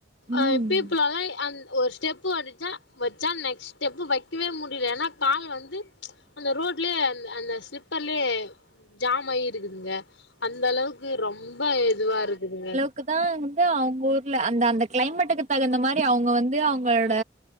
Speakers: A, on the left (about 85°); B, on the right (about 40°).
A: அ
B: ம்
A: பீப்புளல்லா அந் ஒரு ஸ்டெப் பு அடிச்சா வச்சா நெக்ஸ்ட் ஸ்டெப்பு வெக்கவே முடியல ஏன்னா கால் வந்து அந்த ரோட்லயே அந்த அந்த ஸ்லிப்பர்லயே ஜாம் ஆயி இருக்குதுங்க அந்த அளவுக்கு ரொம்ப இதுவா இருக்குதுங்க
B: க்குதா வந்து அவுங்க ஊர்ல அந்த அந்த கிளைமேட்டுக்கு தகுந்த மாரி அவுங்க வந்து அவுங்களோட